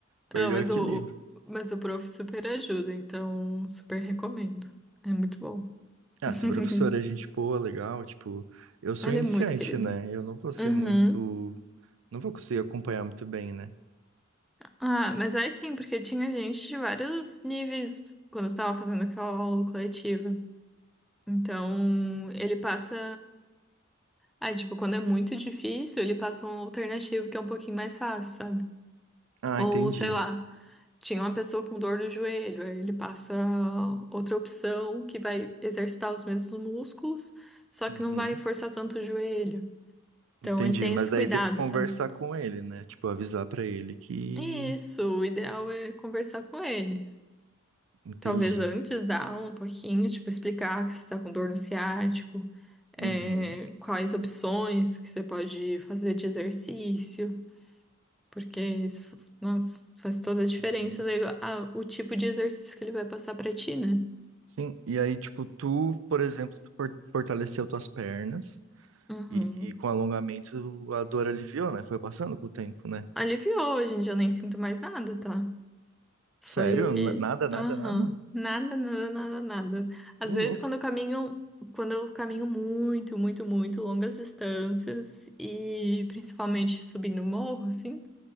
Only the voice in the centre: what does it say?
Não, mas
o, o- mas o prof super ajuda, então super recomendo. É muito bom.
<laughs>
Ele
é muito querido.
Uhum.
Ah, mas vai sim, porque tinha gente de vários níveis quando eu tava fazendo aquela aula coletiva. Então, ele passa. Aí, tipo, quando é muito difícil, ele passa um alternativo que é um pouquinho mais fácil, sabe?
Ou,
sei lá, tinha uma pessoa com dor no joelho, aí ele passa outra opção que vai exercitar os mesmos músculos, só
que não vai forçar tanto o joelho. Então,
ele tem
esse
cuidado,
sabe?
Isso, o ideal é conversar com ele.
Talvez antes da aula, um pouquinho, tipo, explicar que você tá com dor no ciático,
é, quais opções que você pode fazer de exercício. Porque isso, f- nossa, faz toda a diferença
daí a- o tipo de exercício que ele vai passar pra ti, né?
Uhum.
Aliviou, hoje em dia eu nem sinto mais nada, tá? Foi.
Aham.
Nada, nada, nada, nada.
Às
vezes quando eu caminho, quando eu caminho muito, muito, muito longas distâncias e principalmente subindo morro, assim.